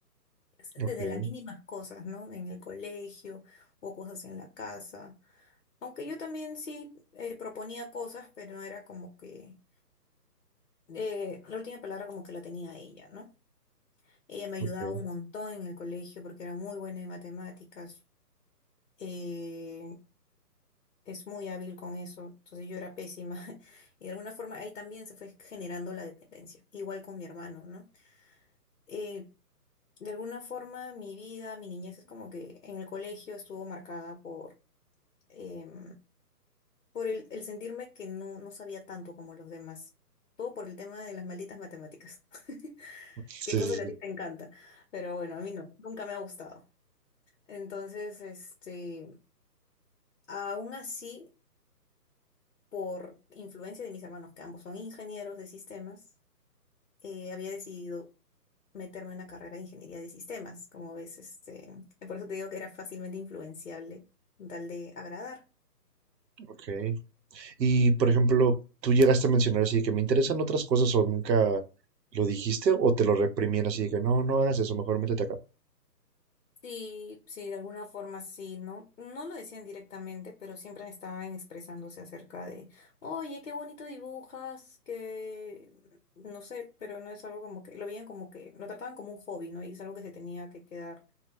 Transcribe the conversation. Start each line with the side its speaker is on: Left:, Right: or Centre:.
Left: O sea, Desde
Right: Ok,
Left: las mínimas cosas, ¿no? En el colegio o cosas en la casa. Aunque yo también sí eh, proponía cosas, pero no era como que... eh, la última palabra como que la tenía ella, ¿no? Ella me ayudaba
Right: ok.
Left: un montón en el colegio porque era muy buena en matemáticas. eh, es muy hábil con eso. Entonces yo era pésima. <laughs> Y de alguna forma ahí también se fue generando la dependencia. Igual con mi hermano, ¿no? Eh, de alguna forma mi vida, mi niñez es como que en el colegio estuvo marcada por, em, por el, el sentirme que no, no sabía tanto como los demás. Todo por el tema de las malditas matemáticas. <laughs>
Right: Sí,
Left: Qué cosa
Right: sí,
Left: que
Right: sí.
Left: a ti te encanta. Pero bueno, a mí no. Nunca me ha gustado. Entonces, este, aún así, por influencia de mis hermanos, que ambos son ingenieros de sistemas, eh, había decidido meterme en una carrera de ingeniería de sistemas. Como ves, este, por eso te digo que era fácilmente influenciable con tal de agradar.
Right: Ok. Y, por ejemplo, tú llegaste a mencionar así de que me interesan otras cosas o nunca lo dijiste o te lo reprimían así de que no, no hagas eso, mejor métete acá.
Left: Sí, sí, de alguna forma sí, ¿no? No lo decían directamente, pero siempre estaban expresándose acerca de, oye, qué bonito dibujas, que no sé, pero no es algo como que, lo veían como que, lo trataban como un hobby, ¿no? Y es algo que se tenía que quedar